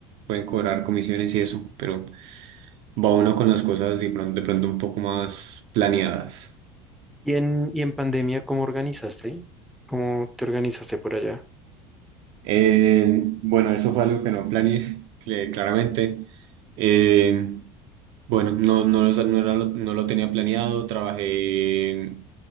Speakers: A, on the right; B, in the centre.
A: pueden cobrar comisiones y eso, pero va uno con las cosas de pronto, de pronto un poco más planeadas.
B: ¿Y en, y en pandemia cómo organizaste? ¿Cómo te organizaste por allá?
A: Eh, bueno, eso fue algo que no planeé, <laughs> cl- claramente. Eh, Bueno, no, no, lo, no, era lo- no lo tenía planeado, trabajé,